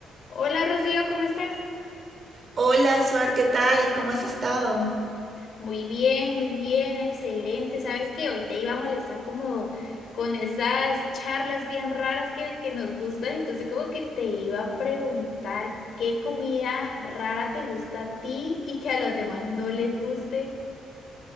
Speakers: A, on the left (about 60°); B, on the right (about 45°).
A: Hola Rocío, ¿cómo estás?
B: Hola, Suar, ¿qué tal? ¿Cómo has estado?
A: Muy bien, muy bien, excelente. Sabes que hoy te iba a molestar como con esas charlas bien raras que, que nos gustan, entonces como que te iba a preguntar qué comida rara te gusta a ti y que a los demás no les guste.